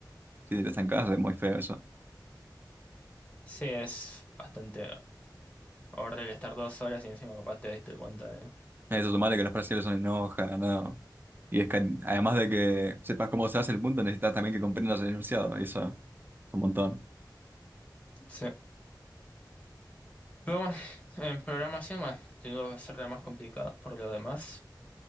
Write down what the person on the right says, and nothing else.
Si te estancás es muy feo eso.
Eso, sumarle que los brasileños son enoja, no. Y es que además de que sepas cómo se hace el punto, necesitas también que comprendas el enunciado, y eso es un montón.